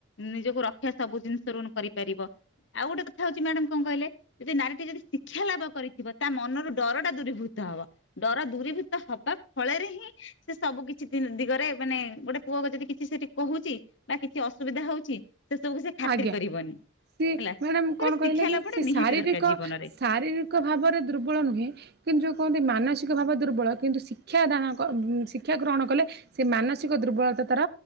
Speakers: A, on the left; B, on the right.
A: ନିଜକୁ ରକ୍ଷା ସବୁ ଜିନିଷରୁ କରିପାରିବ। ଆଉ ଗୋଟେ କଥା ହଉଛି ମ୍ୟାଡାମ୍ କଣ କହିଲେ ଯଦି ନାରୀଟି ଯଦି ଶିକ୍ଷା ଲାଭ କରିଥିବ ତା ମନରୁ ଡର ବା ଦୂରୀଭୂତ ହବ ଡର ଦୂରୀଭୂତ ହବା ଫଳରେ ହିଁ ସେ ସବୁ କିଛି ଦିନ ଦିଗରେ ମାନେ ଗୋଟେ ପୁଅ ଆଗ ଯଦି କିଛି ସେଠି କହୁଛି ବା କିଛି ଅସୁବିଧା ହଉଛି ସେ ସବୁ ସେ ଖାତିର
B: ଆଜ୍ଞା
A: କରିବନି
B: ସିଏ
A: ହେଲା।
B: ମ୍ୟାଡ଼ାମ୍ କଣ କହିଲେ
A: ଶିକ୍ଷା
B: କି
A: ଲାଭଟା
B: ସେ
A: ନିହାତି
B: ଶାରୀରିକ
A: ଦରକାର ଜୀବନରେ
B: ଶାରୀରି କ ଭାବରେ ଦୁର୍ବଳ ନୁହେଁ କିନ୍ତୁ ଯୋଉ କୁହନ୍ତି ମାନସିକ ଭାବରେ ଦୁର୍ବଳ କିନ୍ତୁ ଶି କ୍ଷା ଦାନକ ଶିକ୍ଷା ଗ୍ରହଣ କଲେ ସେ ମାନସିକ ଦୁର୍ବଳତା ତାର